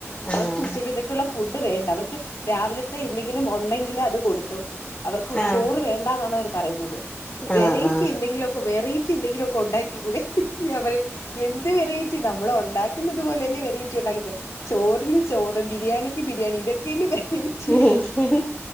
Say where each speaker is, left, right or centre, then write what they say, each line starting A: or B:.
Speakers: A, on the left (about 30°); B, on the left (about 85°).
A: ആഹ്
B: അവർക്ക് ഉച്ചക്കത്തെക്കുള്ള ഫുഡ് വേണ്ട അവർക്ക് രാവിലത്തെ എന്തെങ്കിലും ഉണ്ടെങ്കിലിൽ അത് കൊടുത്തു അവർക്ക്
A: ആഹ്
B: ചോറ് വേണ്ടാന്നാണ് പറയുന്നത്. വെറൈറ്റി
A: ആഹ്
B: എന്തെങ്കിലുമൊക്കെ വെറൈറ്റി എന്തെങ്കിലുമ ഒക്കെ ഉണ്ടാക്കി കൂടെ ഞാൻ പറിം എന്ത് വെറൈറ്റി നമ്മള ഉണ്ടാക്കുന്നത് പോലെന്നെ വെറൈറ്റി ഉണ്ടാക്കുന്നത് ചോറിന് ചോറ് ബിരിയാണിക്ക് ബിരിയാണി ഇതൊക്കെല്ല വെ റ്റി
A: ആഹ്